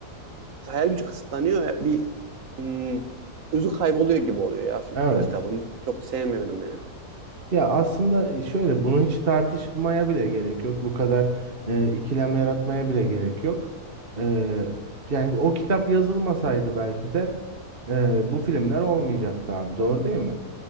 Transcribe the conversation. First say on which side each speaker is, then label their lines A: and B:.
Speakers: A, on the right; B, on the right.
A: Hayal gücü kısıtlanıyor. Bir hmm, özü kayboluyor gibi oluyor ya fi-
B: Evet.
A: kitabın. Çok sevmiyorum yani.
B: Ya aslında e, şöyle bunu hiç tartışmaya bile gerek yok. Bu kadar e, ikilem yaratmaya bile gerek yok. E, yani o kitap yazılmasaydı belki de e, bu filmler olmayacaktı abi. Doğru değil mi?